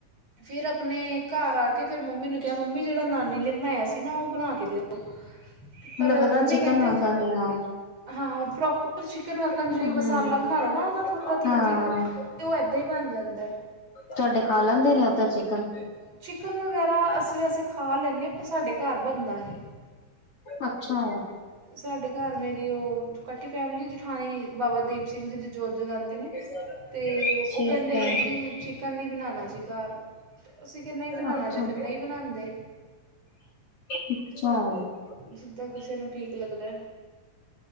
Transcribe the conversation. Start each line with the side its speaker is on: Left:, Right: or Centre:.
Right: ਫਿਰ ਆਪਨੇ ਘਰ ਆ ਕੇ ਫਿਰ ਮੰਮੀ ਨੂੰ ਕਿਹਾ ਮੰਮੀ ਜਿਹੜਾ ਨਾਨੀ ਨੇ ਬਨਾਇਆ ਸੀ ਨਾ ਉਹ ਬਨਾ ਕੇ ਦੇਓ ਪਰ
Left: ਲੱਗਦਾ
Right: ਓ ਮੰਮੀ
Left: ਚਿਕਨ
Right: ਕਹਿੰਦੇ
Left: ਵਾਂਗਾ ਨੀ ਆ
Right: ਹਾਂ ਪ੍ਰੋਪਰ ਚਿਕਨ ਵਾਕਨ
Left: ਹੂੰ
Right: ਜਿਵੇਂ ਮਸਾਲਾ ਬਨਾ ਲੋ ਨਾ ਉਹਦਾ ਥੋੜ੍ਹਾ ਥਿੱਕਥਿੱਕ
Left: ਹਾਂ
Right: ਤੇ ਉਹ ਏਦਾਂ ਈ ਬਨ ਜਾਂਦਾ ਐ
Left: ਤੁਹਾਡੇ ਖਾ ਲੈਂਦੇ ਨੇ ਓਦਰ ਚਿਕਨ
Right: ਚਿਕਨ ਵਗੈਰਾ ਅਸੀਂ ਵੈਸੇ ਖਾ ਲੈਂਨੇ ਆਂ ਪਰ ਸਾਡੇ ਘਰ ਬਨਦਾ ਨੀ
Left: ਅੱਛਾ
Right: ਸਾਡੇ ਘਰ ਮੇਰੀ ਓ ਕੱਠੀ ਫੈਮਿਲੀ ਜਠਾਣੀ ਬਾਬਾ ਦੀਪ ਸਿੰਘ ਜੀ ਦੀ ਜੋੋਤ ਜਗਾੰਦੇ ਨੇ
Left: <unintelligible>
Right: ਤੇ ਉਹ
Left: ਠੀਕ
Right: ਕਹਿੰਦੇ
Left: ਹੈ
Right: ਨੇ ਜੀ ਚਿਕਨ ਨੀ ਬਨਾਨਾ ਜੀ ਘਰ ਅਸੀ ਕਿਹਾ ਨਹੀਂ ਬਨਾਨਾ
Left: ਅੱਛਾ
Right: ਤੇ ਫਿਰ ਨਹੀਂ ਬਨਾੰਦੇ
Left: <unintelligible>
Right: ਜਿੱਦਾ ਕਿਸੇ ਨੂੰ ਠੀਕ ਲੱਗਦਾ ਐ